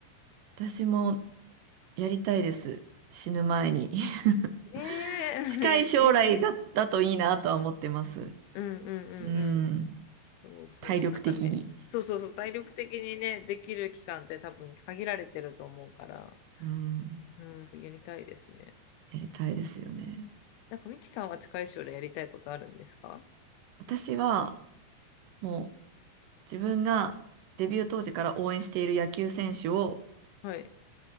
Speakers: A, on the right; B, on the left.
A: 私もやりたいです。死ぬ前に。<laughs>
B: ね
A: 近い将来だ、
B: え、<laughs> やってみたいです。
A: だといいなとは思ってます。
B: うんうんうんうん。
A: うん。
B: そうそう。
A: 体力的に。
B: なんかね、そうそうそう、体力的にね、できる期間って多分限られてると思うから、
A: うん。
B: うん、やりたいですね。
A: やりたいですよね。
B: なんかミキさんは近い将来やりたいことあるんですか
A: 私は、もう自分がデビュー当時から応援している野球選手を
B: はい。